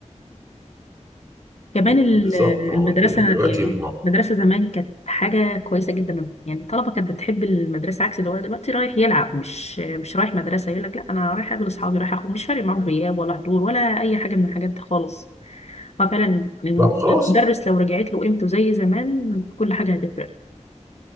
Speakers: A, on the left; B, on the right.
A: كمان ال-
B: بالظبط ما
A: المدرسة
B: هو انت دلوقتي
A: يعني
B: ما
A: المدرسة زمان كانت حاجة كويسة جدا يعني الطلبة كانت بتحب المدرسة عكس دلوقتي دلوقتي رايح يلعب مش مش رايح مدرسة يقول لك لا أنا رايح أقابل أصحابي رايح أخد مش فارق معاهم غياب ولا حضور ولا أي حاجة من الحاجات دي خالص ففعلا المدرس
B: لا ما خلاص
A: لو رجعت له قيمته زي زمان كل حاجة هتفرق